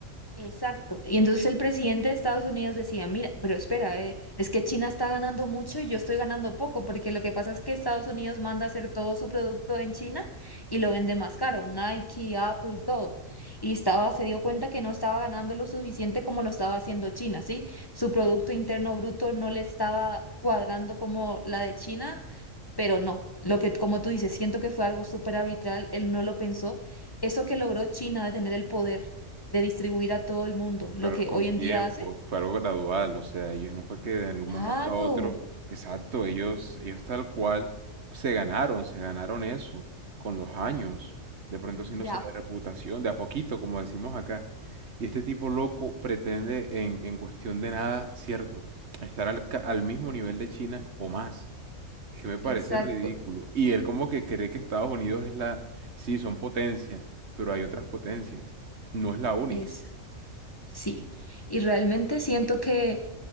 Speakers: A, on the left; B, on the right.
A: Exacto. Y entonces el presidente de Estados Unidos decía, mira, pero espera, eh, es que China está ganando mucho y yo estoy ganando poco, porque lo que pasa es que Estados Unidos manda a hacer todo su producto en China y lo vende más caro, Nike, Apple, todo. Y estaba, se dio cuenta que no estaba ganando lo suficiente como lo estaba haciendo China, ¿sí? Su producto interno bruto no le estaba cuadrando como la de China pero no, lo que, como tú dices, siento que fue algo súper arbitral, él no lo pensó. Eso que logró China de tener el poder de distribuir a todo el mundo, lo
B: Fue algo
A: que
B: con
A: hoy en
B: tiempo,
A: día hace.
B: fue algo gradual, o sea, ellos no fue que de algún
A: Claro,
B: momento a otro, exacto, ellos, ellos tal cual se ganaron, se ganaron eso con los años, de pronto si no
A: de
B: de
A: a-
B: reputación, de a poquito, como decimos acá. Y este tipo loco pretende en, en cuestión de nada, cierto, estar al, ca- al mismo nivel de China o más, que me parece
A: exacto,
B: ridículo. Y él como que cree que Estados Unidos es la, sí, son potencia, pero hay otras potencias, no es la única.
A: es, sí. Y realmente siento que